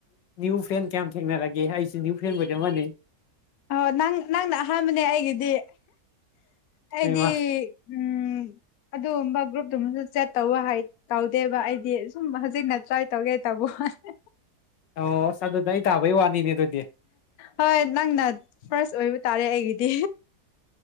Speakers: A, on the left; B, on the left.
A: ꯅ꯭ꯌꯨ ꯐ꯭ꯔꯦꯟ ꯀꯌꯥꯝ ꯊꯦꯡꯅꯔꯒꯦ ꯑꯩꯁꯨ꯭ꯌ ꯐ ꯃꯖ ꯃꯅꯩ
B: ꯑ ꯅꯪ ꯅꯪꯅ ꯑꯍꯥꯟꯕꯅꯦ ꯑꯩꯒꯤꯗꯤ ꯍꯥꯏꯗꯤ
A: ꯍꯩꯃꯥ
B: ꯎꯝ ꯑꯗꯨꯒꯨꯝꯕ ꯒ꯭ꯔꯨꯞ ꯁꯨꯝꯁꯨ ꯆꯦꯠ ꯇꯧ ꯇꯧꯗꯦꯕ ꯑꯩꯗꯤ ꯁꯨꯝ ꯍꯧꯖꯤꯛꯅ ꯇ꯭ꯔꯥꯏ ꯇꯧꯒꯦ ꯇꯕꯋꯥꯅꯦ
A: ꯑꯣꯁ ꯑꯗꯨꯗꯤ ꯑꯩ ꯇꯥꯕꯩ ꯋꯥꯅꯤꯅꯦ ꯑꯗꯨ
B: ꯍꯣꯏ ꯅꯪꯅ ꯐꯥꯔꯁ ꯑꯣꯏꯕ ꯇꯥꯔꯦ ꯑꯩꯒꯤꯗꯤ